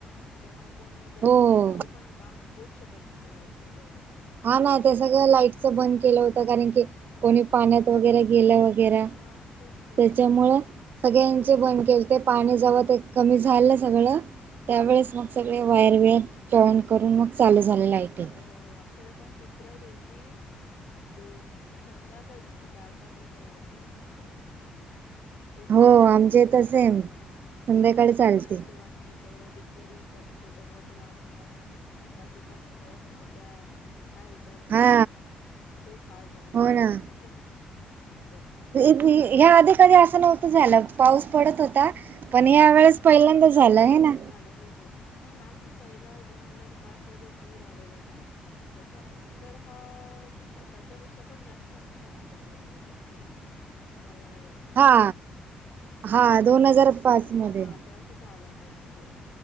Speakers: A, on the left; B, on the right.
A: त्यांच्यामुळे कोण तिथे
B: हो
A: जाऊ पण काम होऊच शकत नव्हतं लाईटच तेव्हा पण.
B: हा ना. ते सगळं
A: हम्म
B: लाईटच बंद केलं होतं कारण
A: ते नाही
B: की
A: तर हो
B: कोणी पाण्यात वगैरे गेलं --
A: हा
B: <unintelligible>
A: तेच तेच
B: त्याच्यामुंळ.
A: हो
B: सगळ्यांचे बंद केलते. पाणी जेव्हा ते कमी झालं सगळं --
A: <unintelligible>
B: त्यावेेळेस मग सगळे वायर बिअर जॉन करून मग चालू झाले लाईटी.
A: हो. हो. आमच्याकडे पन -- तिसऱ्या दिवशी दो म संध्याकाळीच म्हणजे चार, पाच वाजता लाईट आली आमच्याकडे पण. खूप
B: हो
A: म्हणजे
B: आमच्या हित सेम संध्याकाळीचं
A: प्यायचे
B: आलती.
A: पाण्याचे वांदे सगळ्या बिसलरीच्या छोट्यां बॉटलं आणून आणून त्यासुद्धा म मिळत नव्हत्या. काय विचारू नका.
B: हा
A: खूप हाल झाले
B: हो
A: सगळ्याचे
B: ना.
A: अस.
B: ह्या आधी कधी असं नव्हतं झालं. पाऊस पडत होता.
A: हा
B: पण या वेळेस पहिल्यांदा झालंय हे ना.
A: हो. हो. नाही. <unintelligible> पहीला दोन हजार पाच ला जो पूर आलेला ना त्याच्यानंतर हा त्याच्यापेक्षा पण जास्त मोठा पुर आलायं या अगोदर ऍक्च्युली बघायला गेल तर.
B: हा. हा. दोन हजार
A: पण कोण-
B: पाच
A: ला
B: मध्ये.
A: हा तेव्हा सुद्धा आला होता. म्हणजे